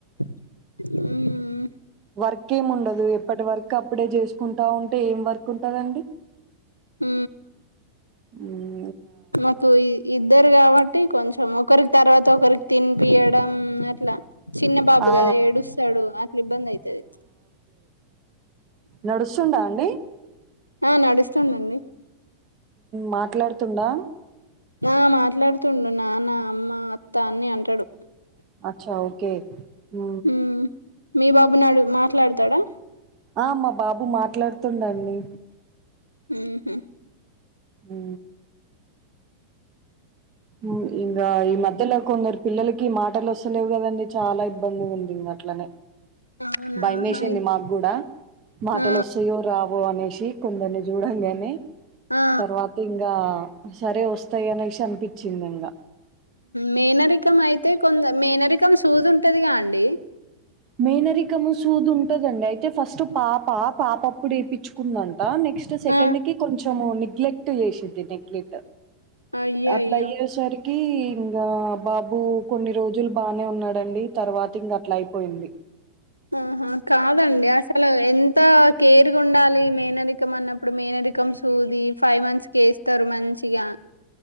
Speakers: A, on the left; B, on the right.
A: ఊ
B: వర్క్మి ఉండదు ఎప్పటి వర్క్ అప్పుడే చేసుకుంటా ఉంటే ఏం వర్క్ ఉంటందండి
A: ఉ
B: ఉ
A: మాకు ఇద్దరు కాబట్టి కొంచెం ఒకరి తర్వాత ఒకరికి తినిపియడం అట్లా చిన్న బాబు
B: ఆ
A: కదా ఏడుస్తాడు అట్లు ఇబ్బంది అవుతుది
B: నడుస్తుడా అండి
A: ఆ నడుస్తుండండి
B: మాట్లాడుతుందా
A: ఆ మాట్లాడుతుండు నాన్న అమ్మ అత్త అన్ని అంటాడు
B: అచ్చా ఓకే ఉ
A: మ్మ్ మీ బాబు నాడు మాట్లాడతాడా
B: ఆ మా బాబు మాట్లాడుతుండండి
A: ఉహు
B: ఉ ఉ ఇంకా ఈ మధ్యలాకుందరి పిల్లలకి మాటలు వస్తలేవు కదండి చాలా ఇబ్బంది ఉంది ఇ అట్లనే
A: అవునా
B: భయ వేసింది
A: హాయ్
B: మాకు కూడా మాటలో
A: ఆ
B: సుయో రావు అనే కుందని చూడంగానే
A: ఆ
B: తర్వాత ఇంకా సరే వస్తాయి అనేసి అనిపించింది ఇంకా
A: మేనరికం అయితే కొంద మేనరికం సూదు ఉంటదిగా అండి
B: మేనరికము సూద్ ఉంటదండి అయితే ఫస్ట్ పాప పాపప్పుడు వేయించుకుందం నెక్స్ట్ సెకండ్
A: ఆ
B: కి కొంచెం నిగ్లెక్ట్ చేసిద్ది నెగలెక్ట్
A: అయ్యో
B: అట్లా
A: అయ్యో
B: అయ్యేసరికి ఇంకా బాబు కొన్ని రోజులు బానే ఉన్నాడండి తర్వాత ఇంక అట్లా అయిపోయింది
A: ఆహా కాదండి అసలు ఎ అంత కేర్గా ఉండాలి మేనరికం అన్నప్పుడు మేనరికం సూది ఫైవ్ మంత్స్కి వేస్తారు మంచి చ్చగా